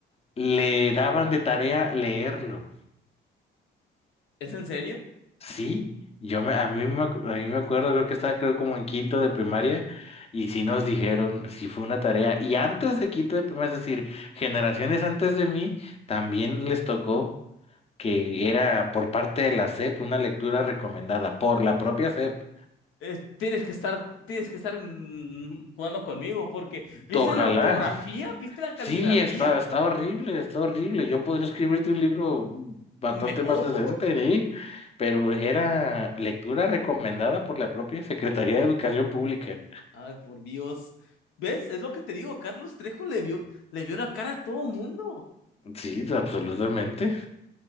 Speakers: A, on the left; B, on the left.
A: le daban de tarea leerlo?
B: <laughs> ¿Es en serio?
A: Sí, yo me, a mí me, ac- a mí me acuerdo, creo que estaba creo como en quinto de primaria y sí nos dijeron, sí fue una tarea. Y antes de quinto de primaria, es decir, generaciones antes de mí, también les tocó que era por parte de la SEP una lectura recomendada por la propia SEP.
B: Es- tienes que estar, tienes que estar mm, jugando conmigo porque, ¿viste
A: Ojalá.
B: la ortografía? ¿Viste la caligrafía?
A: Sí, está, está horrible, está horrible. Yo podría escribirte un libro bastante
B: Mejor.
A: más decente, ¿eh? Pero era lectura recomendada por la propia Secretaría de Educación Pública.
B: Ay, por Dios. ¿Ves? Es lo que te digo, Carlos Trejo le vio, le vio la cara a todo mundo.
A: Sí, absolutamente.